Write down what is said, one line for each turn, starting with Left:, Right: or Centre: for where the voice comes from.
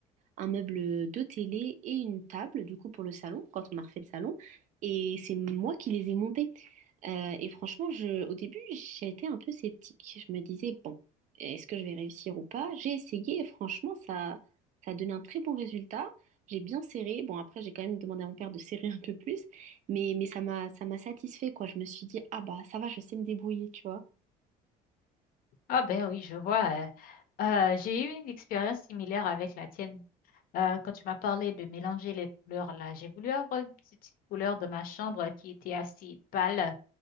Right: un meuble de télé et une table, du coup, pour le salon, quand on a refait le salon. Et c'est moi qui les ai montés. Euh, et franchement, je, au début, j'étais un peu sceptique. Je me disais, bon, est-ce que je vais réussir ou pas? J'ai essayé et franchement, ça, ça a donné un très bon résultat. J'ai bien serré. Bon, après, j'ai quand même demandé à mon père de <laughs> serrer un peu plus, mais, mais ça m'a, ça m'a satisfait, quoi. Je me suis dit, ah bah, ça va, je sais me débrouiller, tu vois.
Left: Ah ben oui, je vois. euh, euh, j'ai eu une expérience similaire avec la tienne. Euh, quand tu m'as parlé de mélanger les couleurs là, j'ai voulu avoir une petite couleur de ma chambre qui était assez pâle,